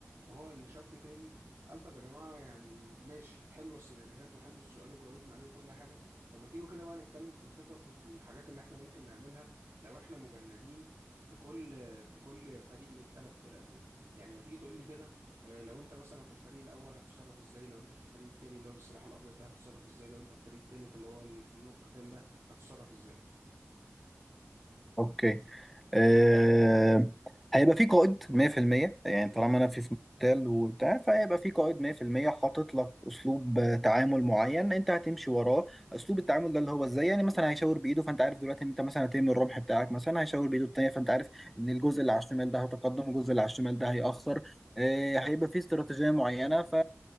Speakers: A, on the right; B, in the centre.
A: وهو إن شاب تاني قال طب يا جماعة يعني ماشي حلوة السيناريوهات وحلو السؤال وجاوبنا عليه وكل حاجة طب ما تيجوا كده بقى نتكلم في الخطط والحاجات اللي احنا ممكن نعملها لو احنا مجندين في كل في كل فريق من الثلاث فرق دول يعني ما تيجي تقول لي كده آه، لو انت مثلا في الفريق الاول هتتصرف ازاي لو انت في الفريق التاني اللي هو بالسلاح الابيض ده هتتصرف ازاي لو انت في الفريق التالت اللي هو ال- فنون القتال ده هتتصرف ازاي
B: اوكي آه، هيبقى في قائد 100% يعني
A: مهم.
B: طالما انا في مقتل وبتاع فهيبقى في قائد 100% حاطط لك اسلوب آه، تعامل معين انت هتمشي وراه اسلوب التعامل ده اللي هو ازاي يعني مثلا هيشاور بايده فانت عارف دلوقتي ان انت مثلا هترمي الرمح بتاعك مثلا هيشاور بايده التانيه فانت عارف ان الجزء اللي على الشمال ده هيتقدم والجزء اللي على الشمال ده هيأخر آه، هيبقى في استراتيجيه معينه ف